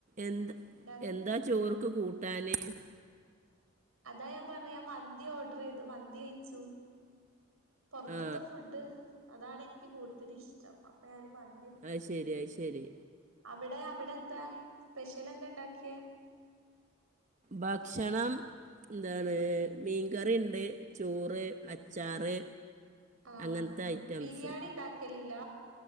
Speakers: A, on the right; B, on the right.
A: എന്ത്
B: ഉണ്ടാക്കിയത്
A: എന്താ ചോർക്ക് കൂട്ട് ട്ടാന്
B: അതാ ഞാൻ പറഞ്ഞെ ഞാൻ മന്തി ഓർഡർ ചെയ്തു മന്തി കയിച്ചു പൊറത്ത്ത്തെ
A: ആ
B: ഫുഡ് അതാണ് നിക്ക് കൂടുതലിഷ്ടം അപ്പൊ ഞാന് മൻ
A: അയ്ശെരി അയ്ശെരി
B: അവിടെ അവിടെ എന്താ സ്പെഷ്യൽ എന്താ ഇണ്ടാക്കിയെ
A: ഭക്ഷണം ന്താ എന്താണ് മീൻകറിയുണ്ട് ചോറ് അച്ചാറ്
B: ആഹ്
A: അങ്ങനത്തെ
B: ആ
A: ഐറ്റംസ്
B: ബിരിയാണി ഇണ്ടാക്കലില്ല